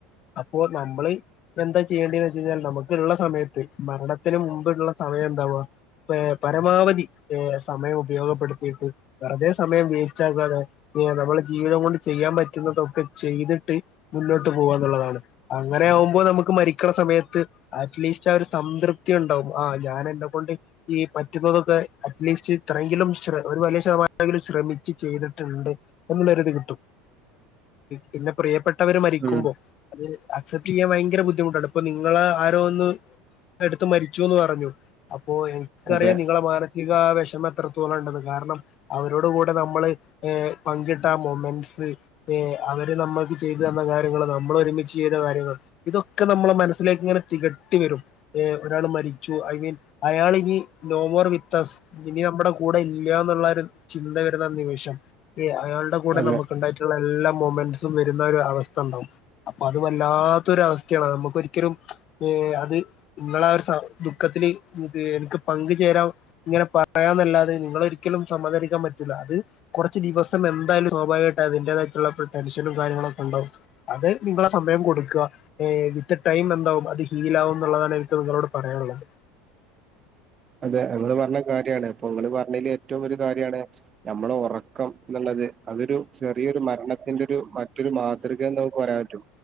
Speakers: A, on the left (about 45°); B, on the right (about 30°).
A: അപ്പോ നമ്മള് എന്താ ചെയ്യേണ്ടന്ന് വെച്ച കഴിഞ്ഞാൽ നമുക്ക് ഉള്ള സമയത്ത് മരണത്തിന് മുമ്പള്ള സമയം എന്താവാ പരമാവധി സമയം ഉപയോഗപ്പെടുത്തിയിട്ട് വെറുതെ സമയം വേസ്റ്റ് ആകാതെ നമ്മെ ജീവിതം കൊണ്ട് ചെയ്യാൻ പറ്റുന്നതൊക്കെ ചെയ്തിട്ട് മുന്നോട്ട് പോവാന്നുള്ളതാണ് അങ്ങനെ ആകുമ്പോൾ നമുക്ക് മരിക്കണ സമയത്ത് അറ്റ്ലീ വി ഒരു സംതൃപ്തി ഉണ്ടാവും ആ് ഞാൻ എന്നെകൊണ്ട് ഈ പറ്റുന്നതൊക്കെ അറ്റ്ലീസ്റ്റ് ഇത്രെങ്കിലും ഒരു വലിയ ശതമാനെങ്കിലും ശ്രമിച്ച് ചെയ്തിട്ടുണ്ട് എന്നുള്ളൊരുത് കിട്ടും പിന്നെ പ്രിയപ്പെട്ടവര് മരിക്കുമ്പോ
B: ഉം
A: അത് അക്സെപ്റ്റ് ചെയ്യാൻ ഭയങ്കര ബുദ്ധിമുട്ടാണ് ഇപ്പൾ നിങ്ങൾ ആരോന്ന് എടുത്ത മരിച്ചുന്ന് പറഞ്ഞു അപ്പോ എനിക്കറിയാം
B: അതെ
A: നിങ്ങള മാനസിക വിഷമം എത്രത്തോളം ഉണ്ടെന്ന് കാരണം അവരോട് കൂടെ നമ്മള് പങ്കിട്ട മൊമെന്സ് അവര് നമ്മൾക്ക് ചെയ്ത് തന്ന കാര്യങ്ങൾ നമ്മൾ ഒരുമിച്ച് ചെയ്ത കാര്യങ്ങൾ ഇതൊക്കെ നമ്മെ മനസ്സിലേക്ക് ഇങ്ങനെ തികട്ടിവരും ഒരാൾ മരിച്ചു ഐ മീൻ അയാളിനി നോമോർ വിത്തസ് ഇനി നമ്മുടെ കൂടെ ഇല്ല എന്നുള്ള ഒരു ചിന്ത വരുന്ന നിമിഷം അ അയാളുടെ കൂടെ
B: അതെ
A: നമുക്കുണ്ടായിട്ടുള്ള എല്ലാ മൊമെന്റ്സും വരുന്ന ഒരു അവസ്ഥ ഉണ്ടാവും അപ്പൊ അത് വല്ലാത്തൊരു അവസ്ഥയാണ് നമുക്ക് ഒരിക്കലും ഏ അത് നിങ്ങളെ ആ ഒരു ദുഃഖത്തില് എനിക്ക് പങ്കുചേരാ ഇങ്ങനെ പറയാന്നല്ലാതെ നിങ്ങ ഒരിക്കലും സമ്മദരിക്കാൻ പറ്റൂല്ല അത് കുറച്ച് ദിവസം എന്തായാലും സ്വാഭാവികമായിട്ട് അതിന്റേതായിട്ടുള്ള ടെൻഷനും കാര്യങ്ങളൊക്കെ ഉണ്ടാാവും അത് നിങ്ങളെ സമയം കൊടുക്കുക വിത്ത് ടൈം എന്താവും അത് ഹീൽ ആകും എന്നുള്ളതാണ് എനിക്ക് നിങ്ങളോട് പറയാനുള്ളത്
B: അതെ ഞങ്ങള് പറഞ്ഞ കാര്യാണ് അപ്പൊ നിങ്ങള് പറഞ്ഞതില് ഏറ്റവും കാര്യാണ് നമ്മള ഉറക്കം എന്നുള്ളത് അതൊരു ചെറിയൊരു മരണത്തിന്റെ ഒരു മറ്റൊരു മാതൃകയന്ന് നമുക്ക് പറയാൻ പറ്റോ